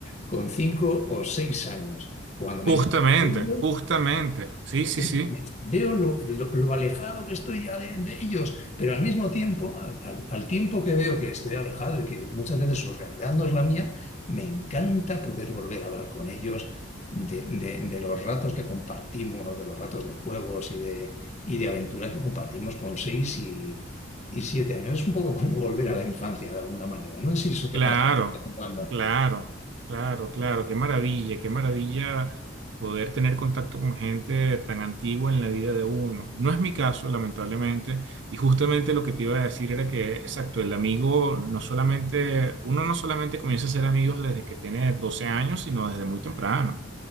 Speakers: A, on the left (about 35°); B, on the right (about 65°).
A: con cinco o seis años. Cuando me
B: Justamente,
A: encuentro,
B: justamente. Sí, sí, sí.
A: me- veo lo, lo- lo alejado que estoy ya de, de ellos, pero al mismo tiempo, al, al- al tiempo que veo que estoy alejado y que muchas veces su realidad no es la mía, me encanta poder volver a hablar con ellos de, de- de los ratos que compartimos, de los ratos de juegos y de, y de aventuras que compartimos con seis y, y siete años. Es un poco como volver a la infancia de alguna manera. No sé si eso te
B: Claro,
A: pasa de vez en cuando.
B: claro, claro, claro, qué maravilla, qué maravilla poder tener contacto con gente tan antigua en la vida de uno. No es mi caso, lamentablemente, y justamente lo que te iba a decir era que, exacto, el amigo no solamente, uno no solamente comienza a ser amigos desde que tiene 12 años, sino desde muy temprano.